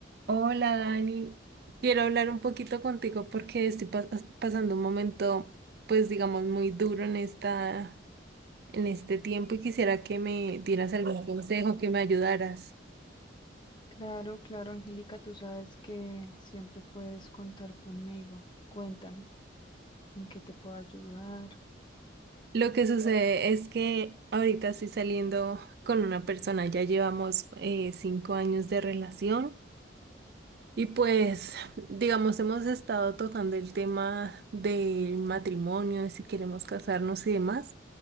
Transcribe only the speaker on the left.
Claro, claro, Angélica, tú sabes que siempre puedes contar conmigo. Cuéntame, ¿en qué te puedo ayudar?